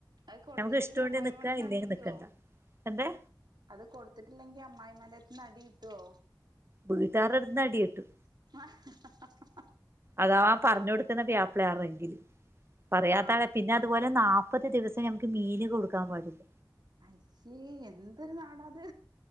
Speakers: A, on the right; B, on the right.
A: അത് കൊടുത്തില്ലെങ്കി
B: നമുക്ക് ഇഷ്ടമുണ്ടെ
A: അമ്മായി
B: നിക്കാ
A: അമ്മേടെന്ന്
B: ഇല്ലെങ്കിൽ
A: അടികിട്ടുവോ
B: നിക്കണ്ട എന്താ
A: അത് കൊടുത്തിട്ടില്ലെങ്കി അമ്മായി അമ്മേന്റെ അടുത്തുന്ന് അടി കിട്ടുവോ
B: വീട്ടുകാരുടെ അടുത്ത്ന്ന് അടികിട്ടും
A: <unintelligible>
B: അതാ പറഞ്ഞു കൊടുക്കുന്ന വ്യാപ്ള ആണെങ്കില് പറയാത്താണെ
A: ആഹ്
B: പിന്നെ അതുപോലെ നാപ്പത് ദിവസം ഞമുക്ക് മീന് കൊടുക്കാൻ പാടില്ല
A: അയ്യേ എന്തൊരു നാടാത്